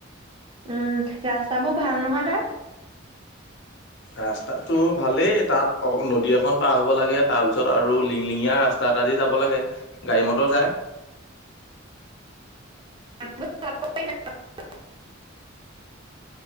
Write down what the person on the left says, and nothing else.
ৰাস্তাটো ভালেই তাত অ নদী এখন পাৰ হ'ব লাগে, তাৰ পিছত আৰু লিংলিঙীয়া ৰা তাত আজি যাব লাগে গাড়ী মটৰ যায়।